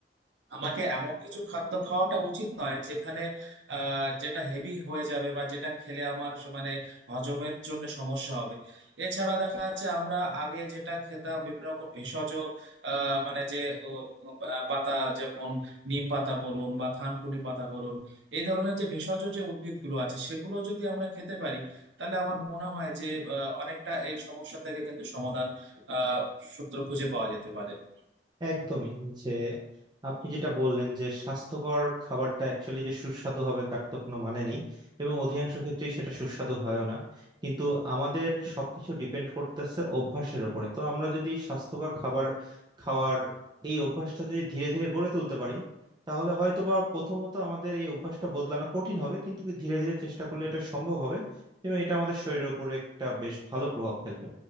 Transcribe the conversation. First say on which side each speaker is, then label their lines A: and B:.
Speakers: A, on the right; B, on the right.
A: আমাকে এমন কিছু খাদ্য খাওয়াটা উচিত নয় যেখানে আহ, যেটা হেভি হয়ে যাবে বা যেটা খেলে আমার স- মানে হজমের জন্য সমস্যা হবে এছাড়া দেখা যাচ্ছে আমরা আগে যেটা খেতাম বিভিন্ন রকম ভেষজ আহ, মানে যে ও, আহ, পাতা যেমন নিম পাতা বলুন বা থানকুনি পাতা বলুন এই ধরনের যে ভেষজ যে উদ্ভিদগুলো আছে সেগুলো যদি আমরা খেতে পারি তাহলে আমার মনে হয় যে আহ, অনেকটা এই সমস্যা থেকে কিন্তু সমাধান আহ সূত্র খুঁজে পাওয়া যেতে পারে
B: একদমই যে আপনি যেটা বললেন যে স্বাস্থ্যকর খাবারটা অ্যাকচুয়ালি যে সুস্বাদু হবে তার তো কোনো মানে নেই এবং অধিকাংশ ক্ষেত্রেই সেটা সুস্বাদু হয়ও না কিন্তু আমাদের সবকিছু ডিপেন্ড করতেছে অভ্যাসের উপরে তো আমরা যদি স্বাস্থ্যকর খাবার খাওয়ার এই অভ্যাসটা যদি ধীরে ধীরে গড়ে তুলতে পারি তাহলে হয়তোবা প্রথমত আমাদের এই অভ্যাসটা বদলানো কঠিন হবে কিন্তু ধীরে ধীরে চেষ্টা করলে এটা সম্ভব হবে এবং এটা আমাদের শরীরের উপরে একটা বেশ ভালো প্রভাব ফেলবে